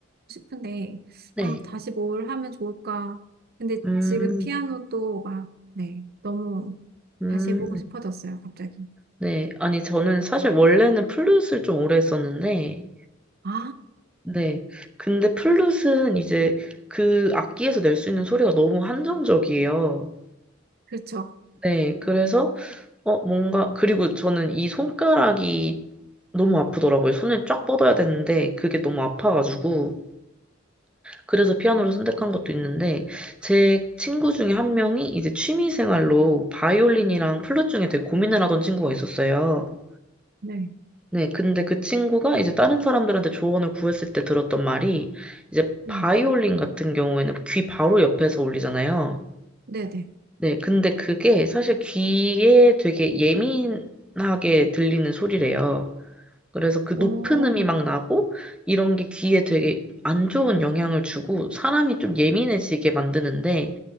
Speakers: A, on the right; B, in the centre.
A: 싶은데,
B: 네.
A: 아, 다시 뭘 하면 좋을까. 근데
B: 음,
A: 지금 피아노도 막, 네, 너무
B: 음,
A: 다시 해보고 싶어졌어요, 갑자기.
B: 네. 아니, 저는 사실 원래는 플룻을 좀 오래 했었는데,
A: 아,
B: 네. 근데 플룻은 이제 그 악기에서 낼 수 있는 소리가 너무 한정적이에요.
A: 그렇죠.
B: 네, 그래서, 어, 뭔가, 그리고 저는 이 손가락이 너무 아프더라고요. 손을 쫙 뻗어야 되는데, 그게 너무 아파가지고. 그래서 피아노를 선택한 것도 있는데, 제 친구 중에 한 명이 이제 취미 생활로 바이올린이랑 플룻 중에 되게 고민을 하던 친구가 있었어요.
A: 네,
B: 네, 근데 그 친구가 이제 다른 사람들한테 조언을 구했을 때 들었던 말이, 이제
A: 네,
B: 바이올린 같은 경우에는 귀 바로 옆에서 울리잖아요.
A: 네네.
B: 네, 근데 그게 사실 귀에 되게 예민하게 들리는 소리래요. 그래서 그 높은
A: 오,
B: 음이 막 나고 이런 게 귀에 되게 안 좋은 영향을 주고 사람이 좀 예민해지게 만드는데